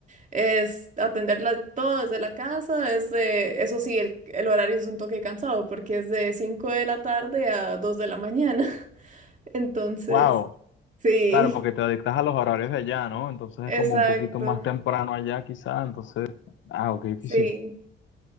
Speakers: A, on the right; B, on the left.
A: es atenderla todo desde la casa, es de, eso sí, el, el horario es un toque cansado porque es de 5 de la tarde a 2 de la mañana, <laughs> entonces,
B: wow,
A: sí,
B: claro, porque te adictas a los horarios de allá, ¿no? Entonces
A: exacto,
B: es como un poquito más temprano allá, quizá, entonces, ah, qué difícil,
A: sí,